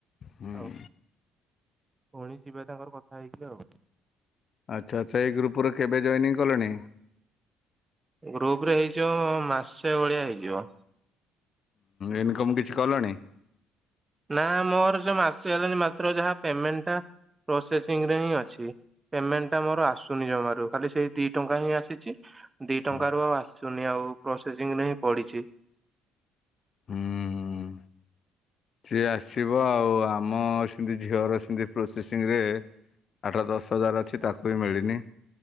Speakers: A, on the left (about 50°); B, on the right (about 25°).
A: ହୁଁ।
B: ଆଉ ପୁଣି ଯିବେ ତାଙ୍କର କଥା ହେଇକି ଆଉ।
A: ଆଚ୍ଛା ଆଚ୍ଛା ଏଇ ଗ୍ରୁପରେ କେବେ ଜଏନିଂ କଲେଣି?
B: ଗ୍ରୁପ ରେ ହେଇଯିବ ମାସେ ଭଳିଆ ହେଇଯିବ।
A: ଇନକମ କିଛି କଲଣି?
B: ନା ମୋର ଯୋଉ ମାସେ ହେଲାଣି ମାତ୍ର ଯାହା ପେମେଣ୍ଟ ଟା ପ୍ରୋସେସିଂରେ ହିଁ ଅଛି। ପେମେଣ୍ଟଟା ମୋର ଆସୁନି ଜମାରୁ ଖାଲି ସେଇ ଦି ଟଙ୍କା ହିଁ ଆସିଛି। ଦି ଟଙ୍କାରୁ
A: ହୁଁ।
B: ଆଉ ଆସୁନି ଆଉ ପ୍ରୋସେସିଂରେ ହିଁ ପଡିଛି।
A: ହୁଁ ହୁଁ। ସିଏ ଆସିବ ଆଉ ଆମ ସେମିତି ଝିଅର ସିମିତି ପ୍ରୋସେସିଂରେ ଆଠ ଦଶ ହଜାର ଅଛି ତାକୁ‌ କୁ ବି ମିଳିନି।